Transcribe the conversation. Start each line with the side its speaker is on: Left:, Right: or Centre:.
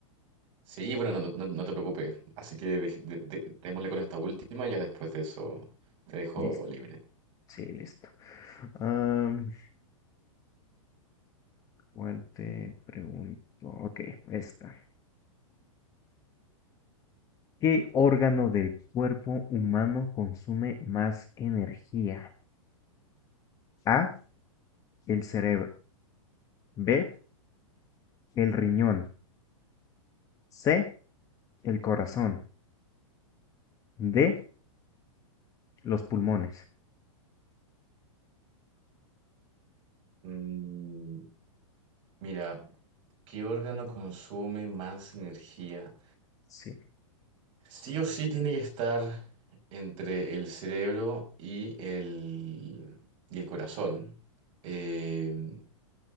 Right: Sí, bueno, no, no, no- no te preocupes. Así que dej- de- de- démosle con esta última, ya después de eso te dejo
Left: Listo,
Right: libre.
Left: sí, listo. Am, ¿cuál te pregunto? Ok, esta. ¿Qué órgano del cuerpo humano consume más energía? A. el cerebro, b, el riñón, c, el corazón, d, los pulmones.
Right: Mm, mira, ¿qué órgano consume más energía?
Left: Sí,
Right: Sí o sí tiene que estar entre el cerebro y el, y el corazón. Eh,